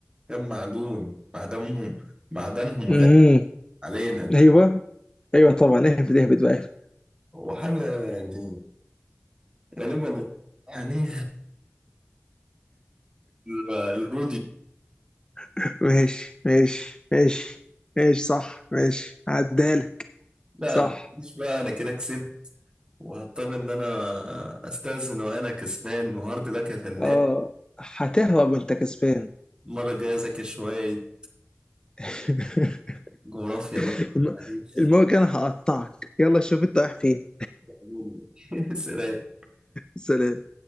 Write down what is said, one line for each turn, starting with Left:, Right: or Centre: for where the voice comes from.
Right: كام معدون معدنهم معدنهم
Left: امم
Right: غالي علينا
Left: ايوه ايوه طبعا اهبد اهبد بقى اهبد.
Right: هو حاجة يعني غالبا يعني <laughs> الرودي
Left: <laughs> ماشي ماشي ماشي ماشي صح ماشي عدالك
Right: لا
Left: صح
Right: لا، مش بقى انا كده كسبت وهضطر ان انا استأذن وانا كسبان وهارد لك يا فنان
Left: اه هتهرب وانت كسبان
Right: المرة الجاية اذاكر شوية
Left: <laughs>
Right: جغرافيا بقى
Left: الم-
Right: تاريخ
Left: المره الجايه انا هقطعك يلا شوف انت رايح فين
Right: علوم. <laughs> سلام
Left: سلام